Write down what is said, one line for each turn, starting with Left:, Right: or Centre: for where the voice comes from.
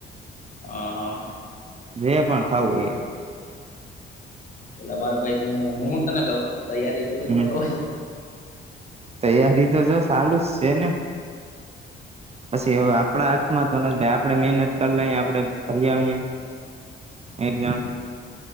Left: આ હા.
Right: જે પણ ખાવું હોય એ.
Left: પેલા મારા ભાઈ તું હું તને કહું તૈયારી કરજે ને
Right: એ
Left: મારો ભાઈ
Right: તૈયારી તો જો ચાલુ જ છે ને. પછી એ આપણા હાથમાં તો આપણે મહેનત કરી લઈ આપણે ફરી આવીએ. એક્ઝામ